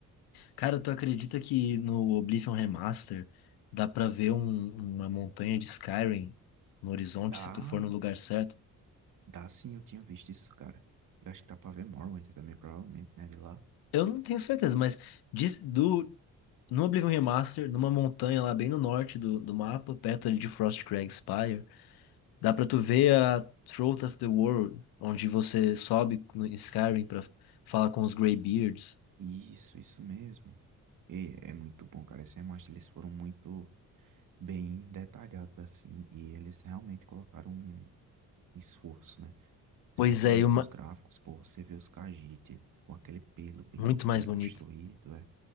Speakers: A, on the left; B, on the right.
A: Cara, tu acredita que no Oblivion Remaster dá pra ver um- uma montanha de Skyrim no horizonte
B: dá,
A: se tu for no lugar certo?
B: dá sim, eu tinha visto isso, cara. Eu acho que dá pra ver Morrowind também, provavelmente, né, de lá.
A: Eu não tenho certeza, mas diz- do, no Oblivion Remaster, numa montanha lá bem no norte do, do mapa, perto ali de Frostcrag Spire, dá pra tu ver a Throat of the World, onde você sobe no em Skyrim pra falar com os Greybeards.
B: Isso, isso mesmo. E é muito bom, cara, esse remaster, eles foram muito bem detalhados assim, e eles realmente colocaram um um esforço, né?
A: Pois
B: Especialmente
A: é, e uma,
B: nos gráficos, pô, você vê os Khajiit com aquele pelo bem,
A: muito mais
B: bem construído,
A: bonito.
B: é.